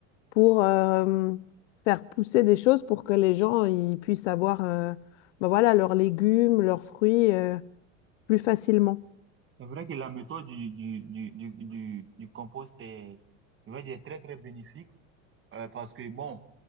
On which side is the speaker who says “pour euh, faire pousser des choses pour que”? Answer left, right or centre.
Left